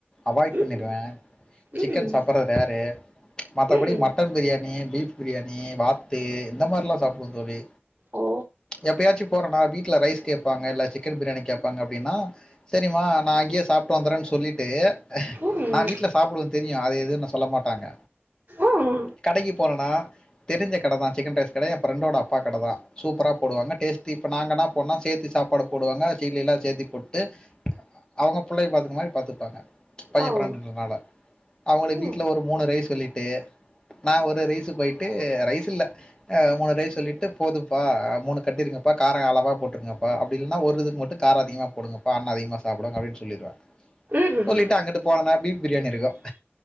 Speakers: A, on the left; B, on the right.
A: அவாய்ட்பண்ணிருவே
B: ம்
A: சிக்கன்
B: ம்
A: சாப்படுறது ரரு மத்தபடி
B: ம்
A: மட்டன் பிரியாணி பீஃப் பிரியாணி வாத்து இந்த மாரில்லா சாப்பிடுவே தோழி
B: ஓ
A: எப்பயாச்சு போறேனா வீட்ல ரைஸ் கேப்பாங்க இல்ல சிக்கன் பிரியாணி கேப்பாங்க அப்டின்னா சரிம்மா நா இங்கயே சாப்பிட்டு வந்துறேன்னு சொல்லிட்டு
B: ம் ம்
A: நா வீட்ல சாப்பிடுவே தெரியு அத எதுன்னு சொல்ல மாட்டாங்க
B: அம்
A: கடைக்கு போனேடா தெரிஞ்ச கடதா சிக்கன் ரைஸ் கட எ ஃப்ரெண்டோட அப்பா கடதா சூப்பரா போடுவாங்க டேஸ்ட் இப்ப நாங்க என்னா பண்ணோ சேத்து சாப்பாடு போடுவாங்க சீல் எல்லா சேத்தி போட்டு அவங்க பிள்ளய பாத்துக்குற மாரி பாத்துப்பாங்க பைய
B: ஓ
A: ஃப்ரெண்டுன்றனால அவங்களு
B: ம்
A: வீட்டுல ஒரு மூணு ரைஸ் சொல்லிட்டு நா ஒரு ரைஸூ போயிட்டு ரைஸூ இல்ல அ மூணுரைஸ் சொல்லிட்டு போதும்ப்பா மூணு கட்டிருங்கப்பா காரோ அளவா போட்டிருங்க அ அப்படி இல்லனா ஒரு இதுக்கு மட்டு காரோ அதிகமா போடுங்கப்பா அம்மா அதிகமா சாப்பிடுவாங்க அப்படின்னு சொல்லிருவே
B: ம்
A: சொல்லிட்டு அங்குட்டு போனேனா பீஃப் பிரியாணி இருக்கு